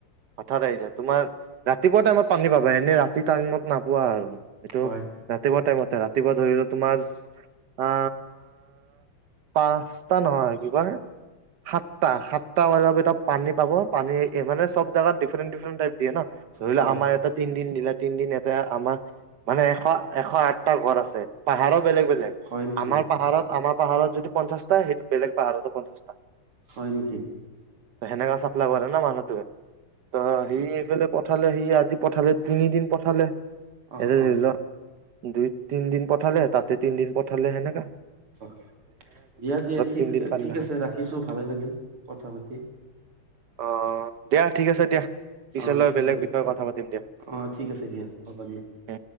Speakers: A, on the right (about 60°); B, on the right (about 80°).
A: হঠাৎ আহি যায় তোমাৰ ৰাতি পুৱা টাইমত পানী পাবা এনে ৰাতি টাইমত নাপোৱা আৰু! এইটো
B: হয়
A: ৰাতিপুৱা টাইমত ৰাতিপুৱা ধৰিলো তোমাৰ আ পাঁচটা নহয় কি কয় সাতটা সাতটা বজাৰ ভিতৰত পানী পাব পানী এই মানে চব জেগাতা ডিফৰেণ্ট ডিফৰেণ্টাইপ দিয়ে ন! ধৰি
B: হয়
A: লও আমাৰ ইয়াত তিন দিন দিলে তিন দিন এটা আমাৰ মানে এশ এশ আঠটা ঘৰ আছে পাহাৰত বেলেগ বেলেগ
B: হয় নেকি
A: আমাৰ পাহাৰত আমাৰ পাহাৰত যদি পঞ্চাছটা সেইটো বেলেগ পাহাৰত পঞ্চাছটা।
B: হয় নেকি?
A: হেনেকা চাক লব পাৰে ন মানুহটোৱে অ সি এইফালে <inaudible> পঠালে সি আজি পঠালে তিনিদিন পঠালে এটা
B: অ
A: ধৰি
B: অ
A: লোৱা দুই তিনদিন পঠালে তাতে তিনিদিন পঠালে হেনেকা।
B: <unintelligible> দিয়া দিয়া, ঠিক,
A: তিনদিন পানী
B: ঠিক
A: নাখায়
B: আছে ৰাখিছো, ভালে লাগিল কথা পাতি।
A: অ', দিয়া ঠিক আছে দিয়া। পিছলৈ
B: অ', ঠিক
A: বেলেগ
B: আছে বাৰু।
A: বিষয়ে কথা পাতিম দিয়া
B: অ', ঠিক আছে দিয়া হ'ব দিয়া।
A: উম